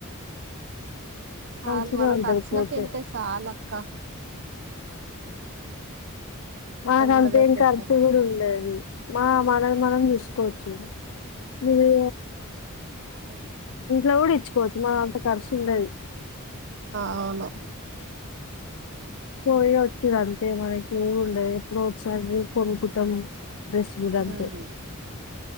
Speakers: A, on the right; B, on the left.
A: చాలు
B: మంచిగా
A: మన
B: ఉంటది
A: ఖర్చులలకు
B: పోతే
A: వెళ్తేా చాలక్క
B: మాకు అంతేం
A: అడగకుట్ట
B: కర్సి కూడా ఉండేది మా మనది మనం తీసుకోవచ్చు మీది
A: మాత
B: ఇంట్లో కూడా ఇచ్చుకోవచ్చు మన అంత ఖర్చు ఉండది
A: ఫలో
B: పోయి వచ్చది అంతే మనకి ఏమి ఉండదు ఎప్పుడు ఒకసారి కొనుకుంటాం రస్ ముగాంంచ
A: ఉమ్